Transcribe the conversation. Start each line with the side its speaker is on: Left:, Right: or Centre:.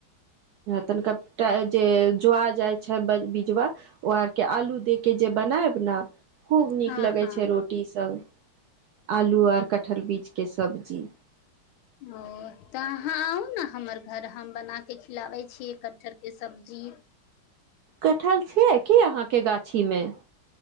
Right: तनिका जे जोआ जाय छै बिजवा ओ आर के आलू दे के जे बनायब ने खूब नीक
Left: हँ
Right: लगै
Left: हँ
Right: छै रोटी संग आलू आर कठहल बीज के सब्जी
Left: ओ तऽ अहाँ आउ न हमर घर हम बनाके खिलाबै छि कटहर के सब्जी
Right: कठहल छै की अहाँके गाछी मे